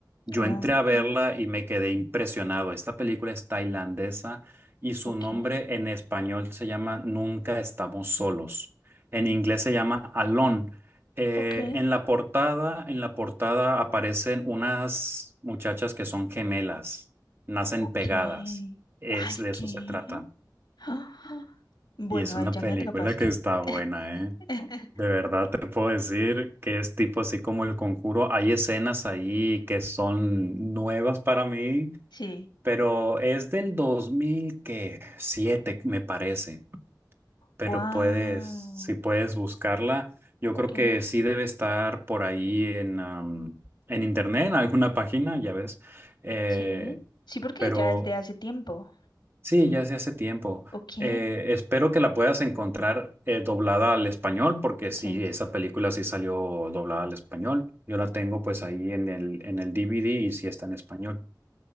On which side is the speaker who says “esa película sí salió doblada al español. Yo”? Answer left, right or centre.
Right